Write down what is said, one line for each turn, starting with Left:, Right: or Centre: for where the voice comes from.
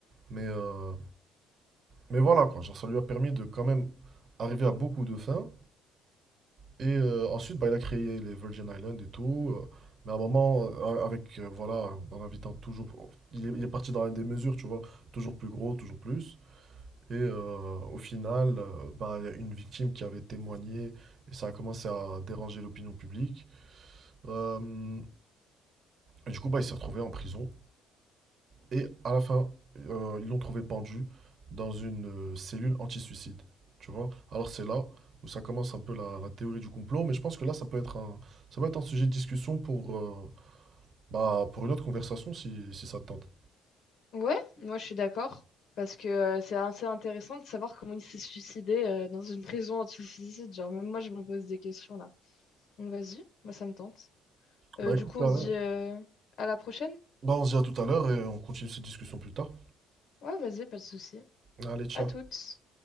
Right: mais, euh, mais voilà, quoi. Genre, ça lui a permis de quand même arriver à beaucoup de fins, et euh, ensuite, bah, il a créé les Virgin Islands et tout. euh, mais à un moment, euh, avec, euh, voilà, en invitant toujours. Il est, il est parti dans la démesure, tu vois. Toujours plus gros, toujours plus. Et euh, au final, euh, bah, il y a une victime qui avait témoigné et ça a commencé à déranger l'opinion publique. Euh, et du coup, bah, il s'est retrouvé en prison. Et à la fin, euh, ils l'ont trouvé pendu dans une euh, cellule anti-suicide. Tu vois? Alors c'est là où ça commence un peu la, la théorie du complot, mais je pense que là, ça peut être un, ça peut être un sujet de discussion pour, euh, bah, pour une autre conversation si, si ça te tente.
Left: ouais, moi je suis d'accord. Parce que euh, c'est assez intéressant de savoir comment il s'est suicidé euh, dans une prison anti-suicide. Genre, même moi je me pose des questions là. Donc vas-y, moi ça me tente. Euh,
Right: Bah
Left: du
Right: écoute,
Left: coup,
Right: t'as
Left: on se
Right: raison.
Left: dit euh, à la prochaine?
Right: bah, on se dit à tout à l'heure et on continue cette discussion plus tard.
Left: Ouais, vas-y, pas de souci.
Right: Allez, ciao.
Left: À toutes.